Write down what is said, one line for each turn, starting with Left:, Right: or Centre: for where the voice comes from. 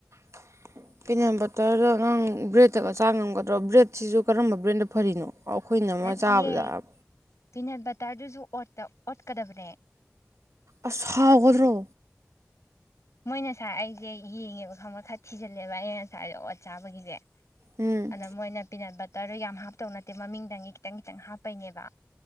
Right: <unintelligible> ꯄꯤꯅꯠ ꯕꯇꯔꯗꯣ ꯅꯥꯡ ꯕ꯭ꯔꯦꯗꯠꯇꯒ ꯆꯥ ꯉꯝꯒꯗ꯭ꯔꯣ ꯕ꯭ꯔꯦꯗꯁꯤꯁꯨ ꯀꯔꯝꯕ ꯕ꯭ꯔꯦꯟꯗ ꯐꯔꯤꯅꯣ ꯑꯩꯈꯣꯏꯅ ꯑꯃ
Left: ꯅꯠꯇꯌꯦ
Right: ꯆꯥꯕꯗ
Left: ꯄꯤꯅꯠ ꯕꯇꯔꯗꯨꯁꯨ ꯑꯣꯠꯇ ꯑꯣꯠꯀꯗꯕꯅꯦ
Right: ꯑꯁ ꯍꯥꯎꯒꯗꯔꯣ
Left: ꯃꯣꯏ ꯉꯁꯥꯏ ꯑꯩꯁꯦ ꯌꯦꯡꯉꯦꯕ ꯈꯪꯕ ꯈꯔ ꯊꯤꯖꯤꯜꯂꯦꯕ ꯑꯩꯅ ꯉꯁꯥꯏꯗꯦ ꯑꯣꯠ ꯆꯥꯕꯒꯤꯁꯦ
Right: ꯎꯝ
Left: ꯑꯗ ꯃꯣꯏꯅ ꯄꯤꯅꯠ ꯕꯇꯔ ꯇꯔ ꯌꯥꯝ ꯍꯥꯞꯇꯧ ꯅꯠꯇꯦ ꯃꯃꯤꯡꯗꯪꯒꯤ ꯈꯤꯇꯪ ꯈꯤꯇꯪ ꯍꯥꯞꯄꯩꯅꯦꯕ